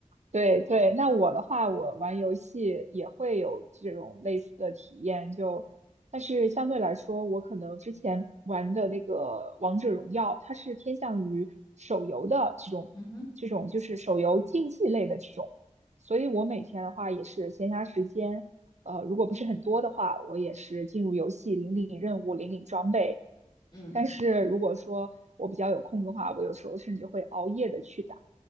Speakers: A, on the right; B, on the left.
A: 对对，那我的话，我玩游戏也会有这种类似的体验，就，但是相对来说，我可能之前玩的那个王者荣耀，它是偏向于手游的这种，
B: 嗯哼，
A: 这种就是手游竞技类的这种，所以我每天的话也是闲暇时间，呃，如果不是很多的话，我也是进入游戏领领任务、领领装备，
B: 嗯
A: 但是如果说我比较有空的话，我有时候甚至会熬夜的去打。